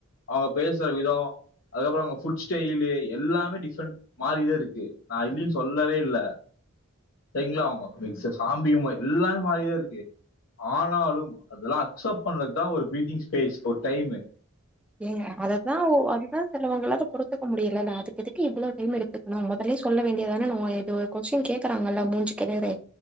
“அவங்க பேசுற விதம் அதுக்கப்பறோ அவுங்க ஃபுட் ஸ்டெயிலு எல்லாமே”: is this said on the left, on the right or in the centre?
Left